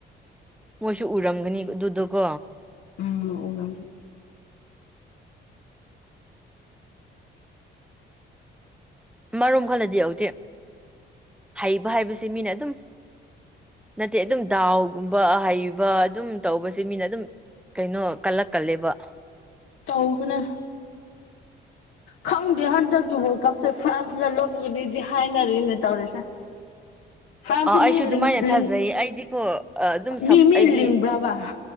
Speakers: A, in the centre; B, on the left (about 80°).
A: ꯃꯣꯏꯁꯨ ꯎꯔꯝꯒꯅꯤ ꯑꯗꯨꯗꯨꯀꯣ
B: ꯎꯝ ꯎꯔꯝꯒ
A: ꯃꯔꯣꯝ ꯈꯜꯂꯗꯤ ꯌꯧꯗꯦ ꯍꯩꯕ ꯍꯥꯏꯕꯁꯦ ꯃꯤꯅ ꯑꯗꯨꯝ ꯅꯠꯇꯦ ꯑꯗꯨꯝ ꯗꯥꯎꯒꯨꯝꯕ ꯑꯍꯩꯕ ꯑꯗꯨꯝ ꯇꯧꯕꯁꯦ ꯃꯤꯅ ꯑꯗꯨꯝ ꯀꯩꯅꯣ ꯀꯜꯂꯛ ꯀꯜꯂꯦꯕ
B: ꯇꯧꯕꯅꯦ
A: <inaudible>
B: ꯈꯪꯗꯦ ꯍꯟꯗꯛꯀꯤ ꯋꯥꯔꯜ ꯀꯞꯁꯦ ꯐ꯭ꯔꯥꯟꯁꯅ ꯂꯧꯕꯒꯅꯤꯗꯤ ꯍꯥꯏꯅꯔꯤꯅꯦ ꯇꯧꯔꯤꯁꯦ ꯐ꯭ꯔꯥꯟꯁꯁꯦ
A: ꯑ ꯑꯩꯁꯨ
B: ꯃꯤ
A: ꯑꯗꯨꯃꯥꯏꯅ
B: ꯂꯤꯡ
A: ꯊꯥꯖꯩ
B: ꯂꯤꯡ
A: ꯑꯩꯗꯤꯀꯣ ꯑꯗꯨꯝ ꯁꯞ
B: ꯃꯤ ꯃꯤ
A: ꯑꯩꯗꯤ
B: ꯂꯤꯡꯕ꯭ꯔꯕ